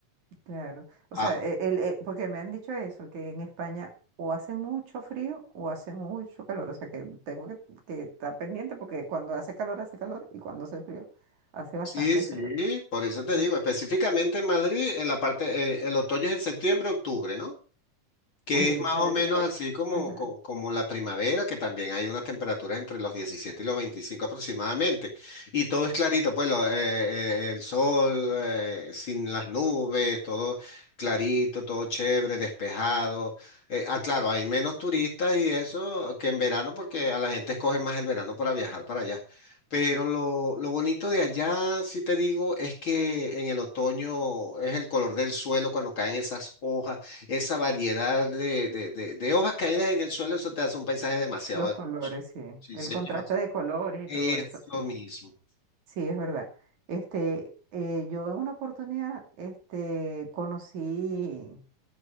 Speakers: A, on the right; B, on the left.
A: Claro, o
B: Ah,
A: sea, e- el- e- porque me han dicho eso, que en España o hace mucho frío o hace mucho calor, o sea que tengo que, que estar pendiente porque cuando hace calor hace calor y cuando hace frío hace bastante
B: Sí, sí,
A: frío.
B: por eso te
A: Eh,
B: digo, específicamente en Madrid, en la parte, eh, el otoño es en septiembre, octubre, ¿no? que
A: Oye,
B: es más
A: de verdad,
B: o menos
A: de ver-
B: así como,
A: ajá,
B: co- como, la primavera, que también hay unas temperaturas entre los 17 y los 25 aproximadamente. Y todo es clarito, pues lo- eh, eh, el sol, eh, sin las nubes, todo clarito, todo chévere, despejado. Eh, ah, claro, hay menos turistas y eso que en verano, porque a la gente escoge más el verano para viajar para allá. Pero lo, lo bonito de allá, si te digo, es que en el otoño es el color del suelo cuando caen esas hojas esa variedad de, de, de- de hojas caídas en el suelo, eso te hace un paisaje demasiado
A: los
B: hermoso.
A: colores, sí,
B: Sí,
A: el
B: señor.
A: contraste de colores y
B: Eso
A: todo eso, sí,
B: mismo.
A: sí, es verdad. Este, eh, yo en una oportunidad, este, conocí